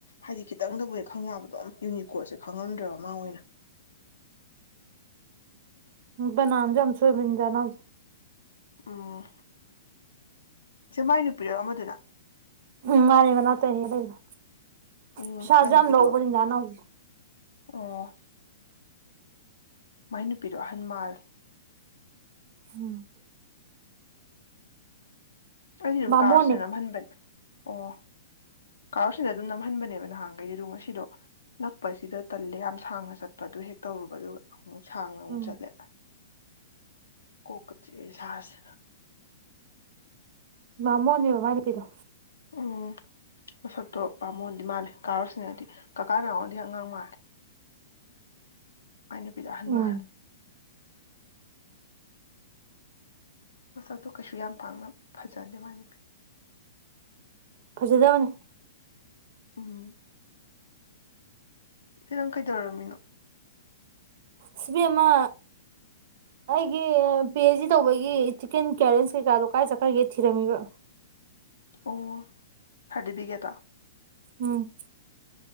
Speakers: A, on the left; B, on the right.
A: ꯍꯥꯏꯗꯤ ꯈꯤꯇꯪꯗꯕꯨ ꯍꯦ ꯈꯪ ꯌꯥꯕꯗꯣ ꯌꯨꯅꯤꯀꯣꯠꯁꯦ ꯈꯪꯉꯝꯗ꯭ꯔꯕ ꯃꯥ ꯑꯣꯏꯅ
B: ꯅꯥꯖ ꯌꯥꯝꯁꯣꯏꯕꯖꯅ ꯍꯧ
A: ꯑꯣ ꯏꯦ ꯃꯥꯏ ꯅꯨꯄꯤꯔꯣ ꯑꯃꯗꯨꯅ
B: ꯎꯝ ꯃꯥꯅꯦ ꯃꯅꯥ ꯇꯍꯦꯛ ꯂꯩꯗꯣ
A: ꯎꯝ
B: ꯄꯩꯁꯥꯁꯨ
A: ꯃꯥꯏ ꯅꯨꯄꯤꯗꯣ
B: ꯌꯥꯝ ꯂꯧꯕꯅꯤ ꯅꯍ ꯅ ꯍꯧꯖꯤꯛ
A: ꯑꯣ ꯃꯥꯏ ꯅꯨꯄꯤꯔꯣ ꯑꯍꯟ ꯃꯥꯜ
B: ꯎꯝ
A: ꯑꯩꯗꯤ ꯑꯗꯨꯝ
B: ꯕꯥꯃꯣꯟꯅꯦ
A: ꯀꯥꯔꯨꯁꯤꯅ ꯅꯝꯍꯟꯕꯅꯦ ꯑꯣ ꯀꯥꯔꯁꯤꯗ ꯑꯗꯨꯝ ꯅꯝꯍꯟꯕꯅꯦꯕ ꯅꯍꯥꯟꯈꯩꯗꯤꯗ ꯉꯁꯤꯗꯣ ꯅꯛꯄꯁꯤꯗ ꯇꯜꯂꯦ ꯌꯥꯝ ꯁꯥꯡꯅ ꯆꯠꯄ ꯑꯗꯨ ꯍꯦꯛ ꯇꯧꯔꯨꯕ ꯑꯗꯨꯒ ꯑꯃꯨꯛ ꯁꯥꯡꯅ ꯑꯃꯨꯛ
B: ꯎꯝ
A: ꯆꯠꯂꯦ ꯀꯣꯛꯀ ꯆꯤꯛꯦ ꯁꯥꯁꯦ
B: ꯏꯃꯥ ꯃꯣꯟꯅꯦꯕꯃ ꯅꯨꯄꯤꯗꯣ
A: ꯎꯝ ꯃꯁꯛꯇꯣ ꯄꯥꯝꯃꯣꯗꯤ ꯃꯥꯜꯂꯦ ꯀꯥꯔꯁꯤꯅꯦꯗꯤ ꯀꯀꯥ ꯅꯥꯎꯔꯗꯤ ꯑꯉꯥꯡ ꯃꯥꯜꯂꯦ ꯃꯥꯏ ꯅꯨꯄꯤꯗ ꯑꯍꯜ
B: ꯎꯝ
A: ꯃꯥꯜ ꯃꯁꯛꯇꯣ ꯀꯩꯁꯨ ꯌꯥꯝ ꯄꯥꯡꯅ ꯐꯖꯗꯦ ꯋꯥꯅ ꯄ
B: ꯐꯖꯗꯕꯅꯤ
A: ꯎꯝ ꯏꯦ ꯅꯪ ꯀꯩꯗꯧꯔꯝꯃꯤꯅꯣ
B: ꯁꯤꯕꯤꯃ ꯑꯩꯒꯤ ꯄꯤ ꯑꯩꯆ ꯗꯤ ꯇꯧꯕꯒꯤ ꯆꯤꯛꯀꯦꯟ ꯀꯦꯔꯦꯁ ꯀꯩꯀꯥꯗꯣ ꯀꯥꯏ ꯆꯠꯈ꯭ꯔꯒꯦ ꯊꯤꯔꯝꯃꯤꯕ
A: ꯑꯣ ꯍꯥꯏꯗꯤꯕꯤꯒꯦ ꯇ
B: ꯎꯝ